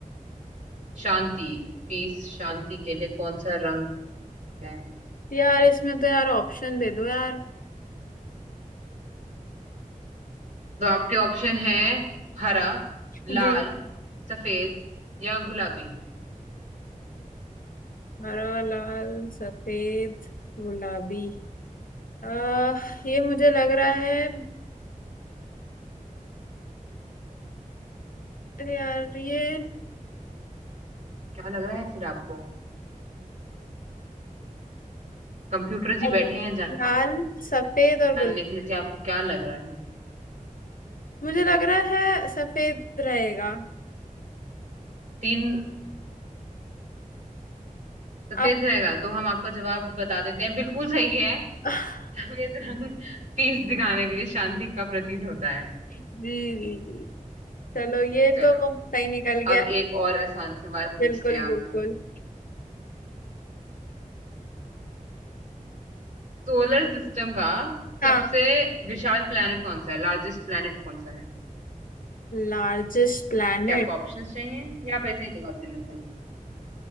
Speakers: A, on the right; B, on the left.
A: शांति पीस शांति के लिए कौन सा रंग है
B: यार इसमें तो यार ऑप्शन दे दो यार
A: तो आपके ऑप्शन है हरा
B: जी
A: लाल सफेद या गुलाबी
B: हरा लाल सफेद गुलाबी आह ये मुझे लग रहा है अरे यार ये
A: क्या लग रहा है फिर आपको कंप्यूटर जी
B: और
A: बैठे हैं
B: लाल सफेद और
A: जानने
B: गुल
A: के लिए कि आपको क्या लग रहा है
B: मुझे लग रहा है सफेद रहेगा
A: तीन सफेद
B: आप
A: रहेगा तो हम आपका जवाब बता देते हैं बिल्कुल सही है
B: <laughs>
A: सफेद रंग पीस दिखाने के लिए शांति का प्रतीक होता है
B: जी जी जी चलो ये
A: चलो
B: तो सही निकल
A: अब
B: गया
A: एक और आसान सवाल पूछते
B: बिल्कुल
A: हैं आपसे
B: बिल्कुल
A: सोलर सिस्टम का
B: हाँ
A: सबसे विशाल प्लैनेट कौन सा है लार्जेस्ट प्लैनेट कौन सा है
B: Largest planet
A: क्या आपको ऑप्शंस चाहिए या आप ऐसे ही जवाब देना चाहेंगे